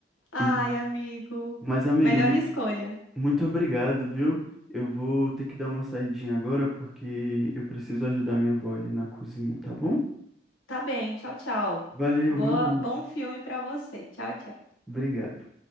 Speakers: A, on the left (about 85°); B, in the centre.
A: Ai,
B: E,
A: amigo,
B: mas, amiga,
A: melhor escolha.
B: Muito obrigado, viu? Eu vou ter que dar uma saidinha agora porque eu preciso ajudar minha avó ali na cozinha, tá bom?
A: Tá bem, tchau, tchau.
B: Valeu,
A: Boa,
B: boa noite.
A: bom filme pra você. Tchau, tchau.
B: Obrigado.